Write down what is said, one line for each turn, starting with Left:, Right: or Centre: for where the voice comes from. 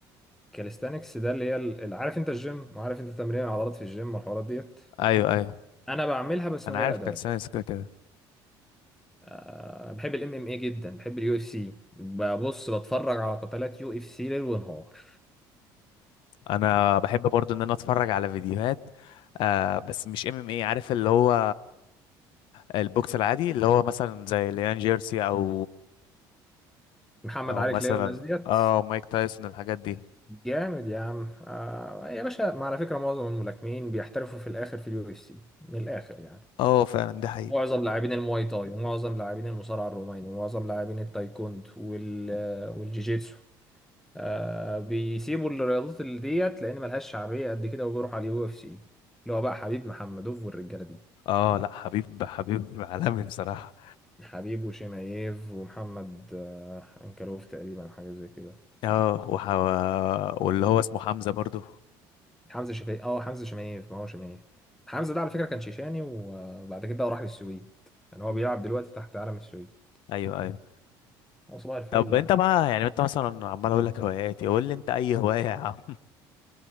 Centre: كاليستانكس ده اللي هي ال- ال- عارف انت الجيم وعارف انت تمرين العضلات في الجيم والحوارات ديت
Left: ايوه ايوه
Centre: انا بعملها بس
Left: انا
Centre: من غير
Left: عارف
Centre: ادوات
Left: كالسينس كده كده
Centre: آه، بحب الام ام اي جدا بحب اليو اف سي ببص بتفرج على قتالات يو اف سي ليل ونهار
Left: انا بحب برضو ان انا اتفرج على فيديوهات آه بس مش ام ام اي عارف اللي هو البوكس العادي اللي هو مثلا زي ليان جيرسي او
Centre: محمد
Left: او
Centre: علي
Left: مثلا
Centre: كلاي والناس ديت
Left: اه مايك تايسون الحاجات دي
Centre: جامد يا عم آه يا باشا ما على فكره معظم الملاكمين بيحترفوا في الاخر في اليو اف سي من الاخر يعني
Left: اه فعلا دي حقيقة
Centre: معظم لاعبين المواي تاي ومعظم لاعبين المصارعه الروماني ومعظم لاعبين التايكوند وال والجيجيتسو آه بيسيبوا الرياضات اللي ديت لان ملهاش شعبيه قد كده وبيروحوا على اليو اف سي اللي هو بقى حبيب محمدوف والرجاله دي
Left: اه لا حبيب حبيب عالمي بصراحة
Centre: حبيب وشيمايف ومحمد آه انكلوف تقريبا أو حاجه زي كده
Left: اه وح... واللي هو اسمه حمزة برضو
Centre: حمزه شفايف اه حمزه شمايف ما هو شمايف حمزه ده على فكره كان شيشاني وبعد كده راح للسويد يعني هو
Left: مم.
Centre: بيلعب دلوقتي تحت علم السويد
Left: ايوه ايوه
Centre: أه، صباح الفل
Left: طب
Centre: يعني
Left: انت بقى يعني انت مثلا عمال اقول لك هواياتي قول لي انت اي هواية يا عم